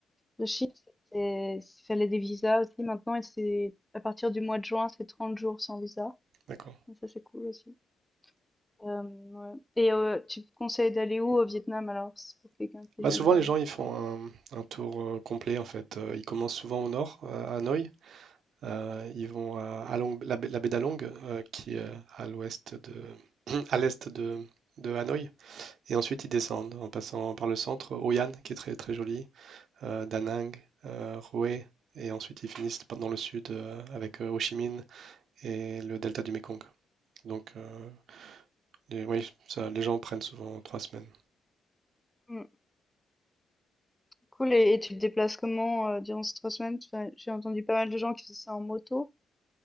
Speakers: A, in the centre; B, on the right.
A: La Chine, c'est. Il fallait des visas aussi maintenant, et c'est à partir du mois de juin, c'est 30 jours sans visa.
B: d'accord.
A: Donc ça, c'est cool aussi. Euh, ouais. Et euh, tu me conseilles d'aller où au Vietnam alors, c'est pour quelqu'un qui
B: Bah
A: est jamais
B: souvent les
A: allé.
B: gens ils font un, un tour euh, complet en fait. Euh, ils commencent souvent au nord, euh, à Hanoï. Euh, ils vont à, à Long- la, baie la baie d'Along euh, qui est euh, à l'ouest de <clears throat> à l'est de, de Hanoï. Et ensuite ils descendent en passant par le centre, Hoi An qui est très très joli. euh, Da Nang, euh, Hue, et ensuite ils finissent dans le sud euh, avec euh, Ho Chi Minh et le delta du Mekong. Donc, euh, les, oui, ça, les gens prennent souvent trois semaines.
A: Hmm, Cool. Et, et tu te déplaces comment euh, durant ces trois semaines? Enfin, j'ai entendu pas mal de gens qui faisaient ça en moto.